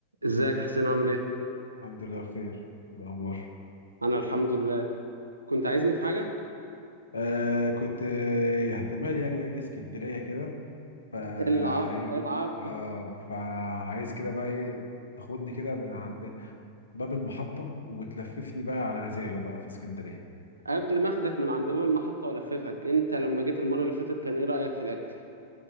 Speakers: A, on the right (about 80°); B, on the left (about 75°).
A: ازيك يا حسين عامل ايه؟
B: الحمد لله بخير إيه الأخبار
A: انا الحمد لله كنت عايزني في حاجة؟
B: آه كنت آه، احتمال يعني أجي اسكندرية كده فا
A: العب
B: أي
A: العب
B: آه فعايز كده بقى إيه تاخدني كده من عند باب المحطة وتلففني بقى على مزاجي بقى في اسكندرية
A: قبل ما اخدك من عند باب المحطة والففك انت لما جيت المرة اللي فاتت كان ايه رأيك في الاكل؟